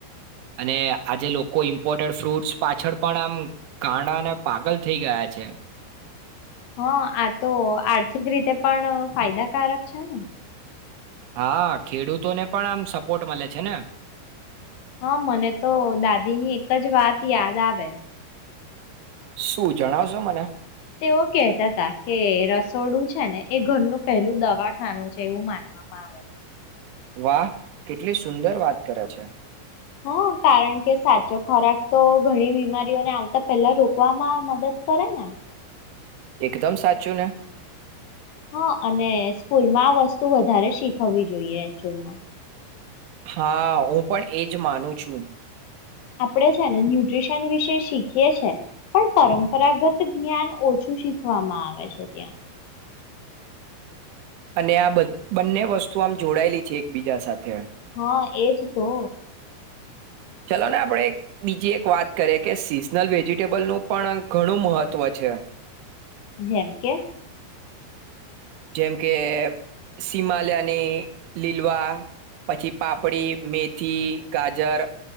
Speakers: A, on the right; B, on the left.
A: અને આજે લોકો ઇમ્પોર્ટેડ ફ્રૂટ્સ પાછળ પણ આમ ગાડાને પાગલ થઈ ગયા છે.
B: હા આ તો આર્થિક રીતે પણ ફાયદાકારક છે ને?
A: હા ખેડૂતોને પણ આમ સપોર્ટ મળે છે ને
B: હા મને તો દાદીની એક જ વાત યાદ આવે.
A: શું જણાવશો મને
B: તેઓ કેતા હતા કે રસોડું છે ને એ ઘરનું પહેલું દવાખાનું છે એવું માનવામાં આવે.
A: વાહ કેટલી સુંદર વાત કરે છે.
B: હા કારણ કે સાચો ખોરાક તો ઘણી બીમારીઓને આવતા પેલા રોકવામાં મદદ કરે ને
A: એકદમ સાચું ને.
B: હા અને સ્કૂલમાં આ વસ્તુ વધારે શીખવવી જોઈએ એચુલમાં
A: હા હું પણ એજ માનું છુ.
B: આપણે છે ને ન્યુટ્રીશન વિશે શીખીએ છે પણ પરંપરાગત જ્ઞાન ઓછું શીખવામાં આવે છે, ત્યાં
A: અને આ બંને વસ્તુ આમ જોડાયેલી છે એકબીજા સાથે
B: હા એજ તો
A: ચલો ને આપણે બીજી એક વાત કરીએ કે સિઝનલ વેજીિટેબલનું પણ ઘણું મહત્વ છે.
B: જેમ કે
A: જેમ કે સિમાલયાની લીલવા પછી પાપડી મેથી ગાજર